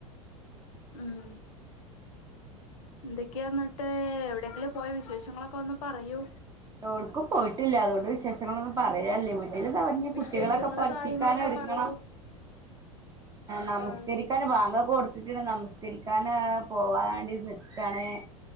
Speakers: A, on the left; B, on the right.
A: ഉം എന്തൊക്കെയാ ഇന്നട്ട് എവിടെയെങ്കിലും പോയ വിശേഷങ്ങളൊക്കെ ഒന്ന് പറയൂ.
B: എവ്ടുക്കും പോയിട്ടില്ല അതുകൊണ്ട് വിശേഷ ങ്ങളൊന്നും പറയാല്ല. വീട്ടിൽ ദാ ഞ്ഞ്
A: വിശേഷങ്ങള്
B: കുട്ടികളൊക്കെ പഠിപ്പിക്കാനൊരുങ്ങണം.
A: കാര്യങ്ങളൊക്കെ പറയൂ
B: നമസ്കരിക്കാന്
A: ആഹ്
B: വാങ്കൊക്കെ കൊടുത്തിട്ട്ണ്ട് നമസ്കരിക്കാനാ പോവാൻണ്ടി നിക്കാണ്.